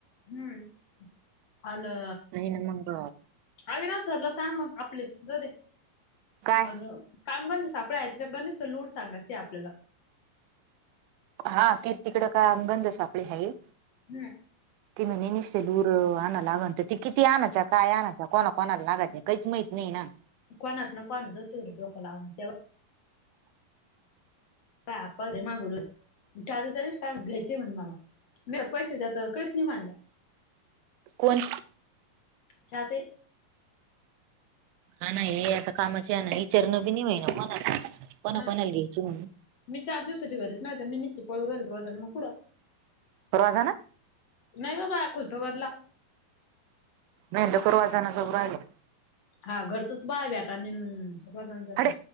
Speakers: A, on the left (about 50°); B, on the right (about 85°).
A: हम्म अना
B: नाहीन मंग
A: ह ना सरला सांग मग आपले ज
B: काय
A: अ कामगांध सापड या त्याच्याकंस तर लूर सांगायची आपल्याला
B: हा तीर् तिकड काय अगंद सा आपली हाई
A: हम्म
B: ती म्ह निसतेल ल उरं आणा लागल तर ती किती आणाय काय आणाय कोणा कोणाला लागायच काहीच माहत नाही ना.
A: कोणाच न कोणाचतवढ डोकं लावं तेव. बा आपल मा गुरु चालू चालूस काय घेचे म्हन. म पैसे द्याात कैस नाही बांधला.
B: कोण
A: छ ते
B: हा नाही हे आता कामाची आहे ना विचारणं बी नाही होहि ना कोणा कोणा
A: हा
B: कोणाला घियची म्हणून
A: मी चार दिवसाची घरीच नाही, तर मी निश्चित पळू राहिल रोजां मग पुुडं.
B: रोजानं.
A: नाही का बाया खुलठो बदला.
B: मेहेंदपूरवाजाना जो राहिल.
A: हा घरचच बाय भेटा आणि रोजान जाते.
B: हडे